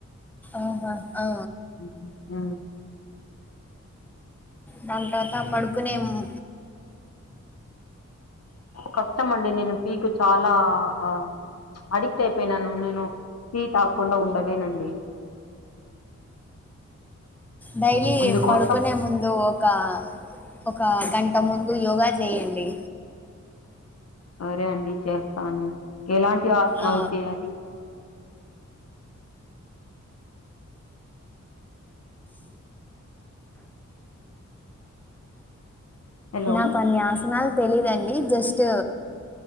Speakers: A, in the centre; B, on the left (about 60°).
A: ఆహా ఆ
B: ఉమ్, ఉమ్.
A: దాన్ తర్వాత పడుకునే ము
B: కష్టమండి నేను టీకు చాలా ఆ అడి క్ట్ అపోయినాను నేను టీ తాగకుండ ఉండలేనండి.
A: డైలీ
B: అందుకోసం
A: పడుకునే ముందు ఒకా ఒక గంట ముందు యోగా చేయండి.
B: సరే అండి చేస్తాను, ఎలాంటి ఆసనాలు
A: ఆ
B: చేయాలి? హలో
A: నా కొన్ని ఆసనాల్ తెలీదండి జస్ట్